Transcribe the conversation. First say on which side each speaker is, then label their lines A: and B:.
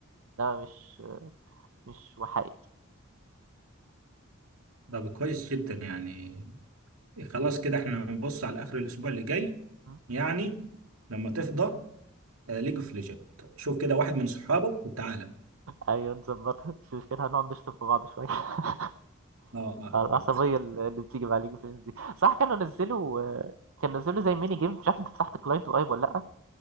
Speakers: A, on the right; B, on the right.
A: ده مش مش وحيد
B: طب كويس جدا يعني خلاص كده إحنا بنبص على آخر الأسبوع اللي جاي
A: م?
B: يعني لما تفضى ليج اوف ليجند شوف كده واحد من صحابك وتعالى
A: ايوه نظبطها مش مشكلة هنقعد نشتم في بعض شويه <laughs>
B: اه اه
A: العصبيه
B: أكيد.
A: اللي اللي بتيجي مع ليج اوف ليجندز دي صح كانوا نزلوا كانوا نزلوا زي ميني جيم مش عارف انت فتحت كلاينت وايب ولا لا